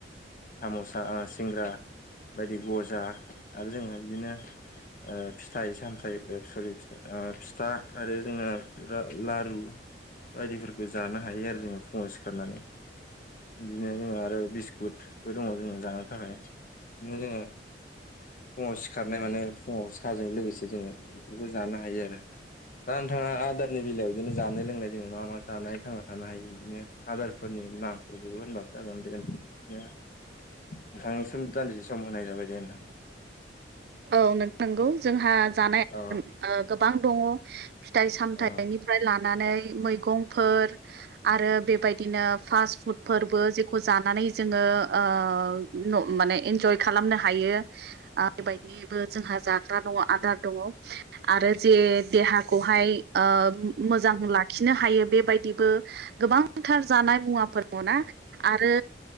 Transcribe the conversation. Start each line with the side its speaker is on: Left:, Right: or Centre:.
Left: साम'सा सिंग्रा बायदि गजा आरो जोङो बिदिनो ओ फिथाइ-सामथाय सरि फिथा आरो जोंहा लारु बायदिफोरखौ जानो हायो आरो जोङो फुङाव सिखारनानै बिदिनो जोङो आरो बिस्कुटबो दङ' जोङो जानो थाखाय बिदिनो जोङो फुङाव सिखारनाय माने फुङाव साहाजों लोगोसे जोङो बेफोरखौ जानो हायो आरो। दा नोंथाङा आदारनि बेलायाव बिदिनो जानाय लोंनाय जो मा मा जानाय थांना थानो हायो बिदिनो आदारफोरनि नाथुरखौबो होनबाबो जागोन दे नोंसोरनिया नोंथांनिसिम दान्दिसे सम होनाय जाबाय दे ‌।
Right: औ नंगौ जोंहा जानाय
Left: अ
Right: ओ गोबां दङ। फिथाइ-सामथायाइनिफ्राय
Left: अ
Right: लानानै मैगंफोर आरो बेबायदिनो फास फुदफोरबो जेखौ जानानै जोङो ओ ओ न मानेइन्जय खालामनो हायो बेबाय बेबो जोंहा जाग्रा दङ' आदार दङ' आरो जे देहाखौहाय ओ मोजां लाखिनो हायो बेबायदिबो गोबांथार जानाय मुवा फोर दङ'ना आरो